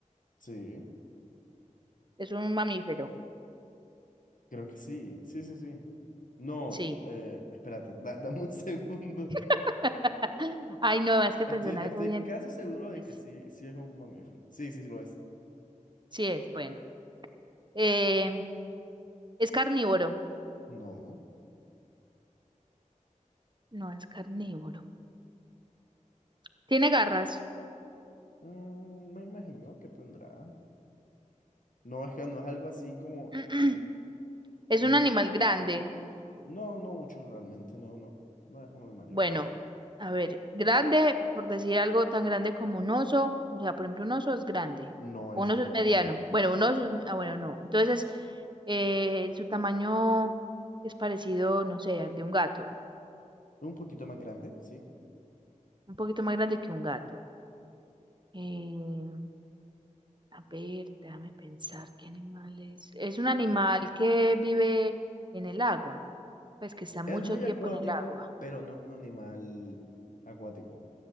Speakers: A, on the left (about 80°); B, on the right (about 35°).
A: Sí,
B: Es un mamífero.
A: creo que sí. Sí, sí, sí. No,
B: Sí.
A: eh, espérate, da- dame un <laughs> segundo.
B: <laughs> Ay, no, es que
A: Estoy,
B: pensé en algo
A: estoy
B: bien.
A: casi seguro
B: bien
A: de
B: difícil.
A: que sí, sí es un mamífero. Sí, sí, sí lo es.
B: Sí es, bueno. Eh, es carnívoro.
A: No,
B: No, es carnívoro. Tiene garras.
A: mm, me imagino que tendrá. No, es que no es algo así como...
B: <clears throat> Es
A: un-
B: un animal grande.
A: No, no mucho realmente, no, no. No es un animal
B: Bueno,
A: grande.
B: a ver, grande, por decir algo tan grande como un oso, o sea, por ejemplo, un oso es grande,
A: No
B: o
A: es
B: un oso
A: un
B: es
A: animal
B: mediano,
A: grande.
B: bueno, un oso es, ah, bueno, no, entonces eh, su tamaño es parecido, no sé, al de un gato,
A: Es un poquito más grande, sí.
B: un poquito más grande que un gato. Eh, a ver, déjame pensar, ¿qué animal es? Es un animal que vive en el agua, pues que está mucho
A: Es muy
B: tiempo
A: acuático,
B: en el agua,
A: pero no es un animal acuático.